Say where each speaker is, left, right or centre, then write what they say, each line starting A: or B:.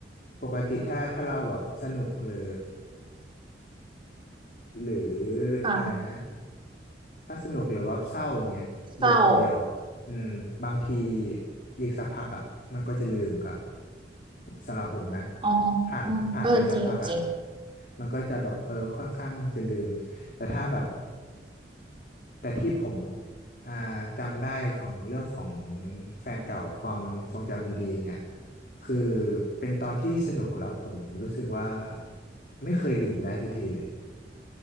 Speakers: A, on the left; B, on the right.
A: ปกติถ้าถ้าเราแบบสนุกหรือหรือ
B: ค่ะ
A: อะไรนะ ถ้าสนุกหรือว่าเศร้าอย่างเงี้ยอยู่คนเดียว
B: เศร้า
A: อืมบางทีอีกสักพักอ่ะมันก็จะลืมครับสำหรับผมนะ
B: อ๋อ
A: ผ่านผ่านไปสักพักอ่ะ
B: อ๋อเออจริงจริง
A: มันก็จะแบบเออค่อนข้างจะลืมแต่ถ้าแบบแต่ที่ผมอ่าจำได้ของเรื่องของแฟนเก่าความทรงจำดีๆเงี้ยคือเป็นตอนที่สนุกแล้วผมรู้สึกว่าไม่เคยลืมได้สักทีเลย